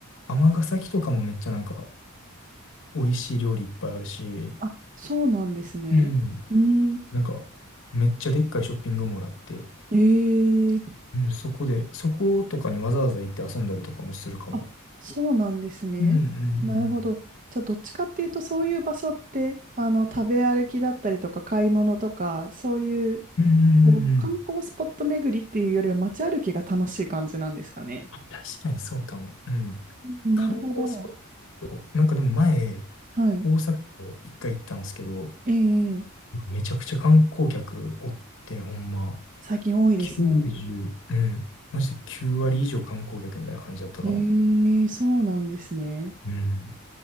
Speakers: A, on the left; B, on the right.
A: 尼崎とかもめっちゃなんか美味しい料理いっぱいあるし、
B: あ、そうなんですね。
A: うん。
B: うん。
A: なんかめっちゃでっかいショッピングモールあって、
B: えー
A: うん、そこで、そことかにわざわざ行って遊んだりとかもするかも。
B: あ、そうなんですね。
A: うんうん
B: なるほど。じゃあ、どっちかっていうと、そういう場所って、あの、食べ歩きだったりとか、買い物とか、そういう、
A: うん。うんうんうんうん。
B: こう観光スポット巡りっていうよりは、街歩きが楽しい感じなんですかね。
A: あ確かにそうかも。うん。
B: うんなるほど。
A: 観光スポット、なんかでも前、
B: はい。
A: 大阪と一回行ったんですけど、
B: ええ
A: めちゃくちゃ観光客おって、ほんま、
B: 最近多いですよね。
A: 90、うん。まして9割以上観光客みたいな感じだったかも。
B: ええそうなんですね。
A: うん。